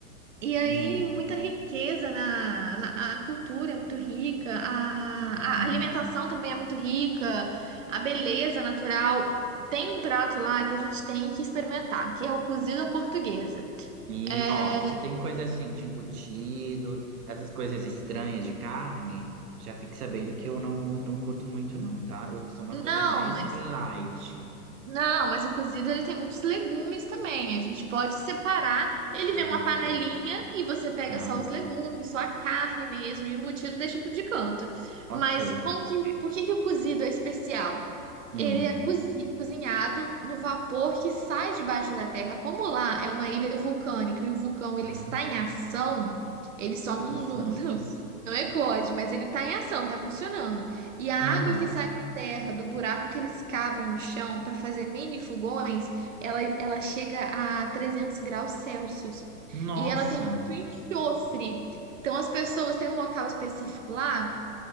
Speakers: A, on the right; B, on the right.
A: e aí,
B: Hum,
A: muita riqueza na, na- a cultura é muito rica, a,
B: uhum.
A: a alimentação também é muito rica, a beleza natural. Tem um prato lá que a gente tem que experimentar, que é o cozido à portuguesa.
B: E,
A: É,
B: ó, se tem coisa assim de embutido, essas coisas estranhas de carne, já fique sabendo que eu não, não curto muito, não, tá? Eu sou uma
A: não,
B: coisa mais
A: mas.
B: light.
A: Não, mas o cozido ele tem muitos legumes também. A gente pode separar. Ele
B: Ah,
A: vem uma panelinha
B: ok.
A: e você pega
B: Tá.
A: só os legumes, só a carne mesmo, e o embutido deixa pro de canto.
B: Ok.
A: Mas como que, por que que o cozido é especial?
B: Hum.
A: Ele é cozi- cozinhado no vapor que sai debaixo da terra. Como lá é uma ilha vulcânica e o vulcão ele
B: Ah.
A: está em ação, ele só
B: Interessante.
A: não, não, <laughs> não não eclode, mas ele está em ação, está funcionando. E a
B: Claro.
A: água que sai terra, do buraco que eles cavam no chão para fazer mini fogões, ela, ela chega a 300 graus Celsius.
B: Nossa.
A: E ela tem muito enxofre. Então, as pessoas têm um local específico lá